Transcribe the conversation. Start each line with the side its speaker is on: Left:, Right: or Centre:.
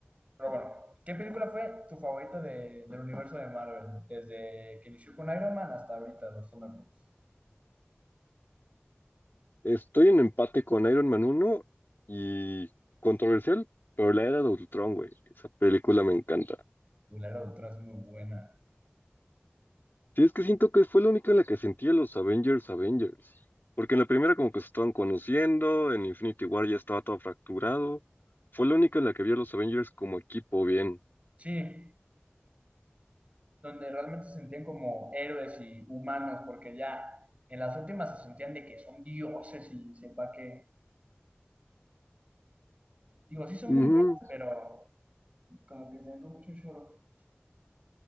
Right: Pero bueno, ¿qué película fue tu favorita de- del universo de Marvel? Desde que inició con Iron Man hasta ahorita, los Thunderbolts.
Left: Estoy en empate con Iron Man uno y controversial, pero la era de Ultron, güey. Esa película me encanta.
Right: Uy, La Era de Ultron es muy buena.
Left: Sí, es que siento que fue la única en la que sentí a los Avengers Avengers. Porque en la primera como que se estaban conociendo, en Infinity War ya estaba todo fracturado. Fue la única en la que vi a los Avengers como equipo bien.
Right: Sí, donde realmente se sentían como héroes y humanos, porque ya en las últimas se sentían de que son dioses y sepa que... Digo, sí son
Left: Ujú.
Right: muy buenas, pero como que se ven mucho choro.